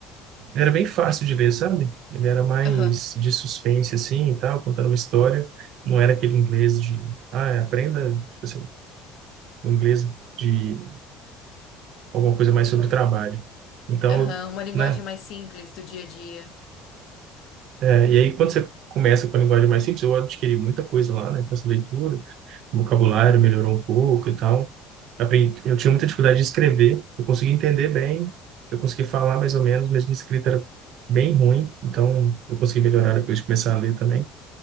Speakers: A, on the right (about 65°); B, on the left (about 65°).
A: era bem fácil de ler, sabe? Ele era mais
B: Aham.
A: de suspense, assim, e tal, contando uma história. Não era aquele inglês de, ah, aprenda, tipo assim, o inglês de alguma coisa mais sobre trabalho. Então,
B: Aham. Uma linguagem
A: né?
B: mais simples do dia a dia.
A: É, e aí, quando você começa com a linguagem mais simples, eu adquiri muita coisa lá, né? Com essa leitura, o vocabulário melhorou um pouco e tal. Aprendi, eu tinha muita dificuldade de escrever, eu consegui entender bem, eu consegui falar mais ou menos, mas minha escrita era bem ruim, então eu consegui melhorar depois de começar a ler também.